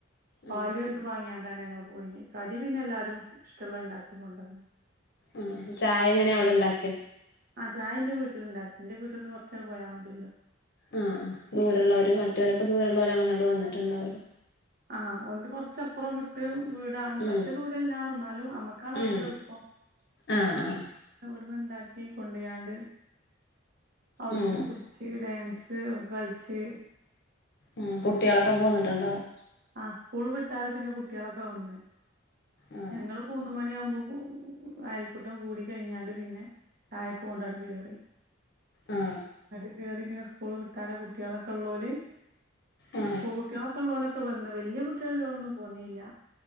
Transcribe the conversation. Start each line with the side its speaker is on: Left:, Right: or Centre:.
Right: പാല്
Left: ഉം
Right: എന്തോ വാങ്ങിയാണ്ടാണ് ഞങ്ങള് പോയിനെ കടി പിന്നെ എല്ലാരും ഇഷ്ടള്ള ഇണ്ടാക്കി കൊണ്ടന്ന്
Left: ആഹ് ചായ എങ്ങനെ അവടെ ഇണ്ടാക്ക
Right: ആഹ് ചായന്റെ വീട്ടിലുണ്ടാക്കി ന്റെ വീട്ടിൽന്ന് കുറച്ചണ് പോയാൽ മതിയല്ലോ
Left: ആഹ് ദൂരുള്ളവര് മറ്റോരൊക്കെ ദൂരള്ളവര് അങ്ങനെ അങ്ങട് വന്നിട്ടുണ്ടാവുല്ലേ
Right: ആഹ് ഓലത് കൊറച്ചപ്പറം വിട്ട് വീടാണ് പറ്റേ
Left: ഉം
Right: ദൂരെല്ലാണും നമ്മക്കാണ് അധിക
Left: ഉം
Right: എളുപ്പം
Left: ആഹ് ആഹ്
Right: ഇവടന്ന് ഇണ്ടാക്കി കൊണ്ടയാണ്ട് അവിടന്ന്
Left: ഉം
Right: കുടി ച്ച് ഡാൻസ് ഒക്കെ കളിച്ച്
Left: ഉം കുട്ട്യേളൊക്കെ പോന്നിട്ടുണ്ടാവും
Right: ആഹ് സ്കൂള് വിട്ടാരെ പിന്നെ കുട്ട്യാളൊക്കെ വന്ന്
Left: ആ
Right: ഞങ്ങളും മൂന്ന്‌ മണിയാവുമ്പോ അയൽക്കൂട്ടം കൂടി കഴിഞ്ഞാണ്ട് പിന്നെ ചായെക്കെ കൊണ്ടട് കേറി
Left: ആ
Right: എന്നിട്ട് കേറി പിന്നെ സ്കൂള് വിട്ടാരെ കുട്ട്യാളൊക്കെ ഉള്ളോല്
Left: ആ
Right: സ്കൂൾ കുട്ടികളൊക്കെ ഉള്ളോലൊക്കെ വന്ന് വല്യ കുട്ടികള് ഇള്ളോലൊന്നും പോന്നീല്ല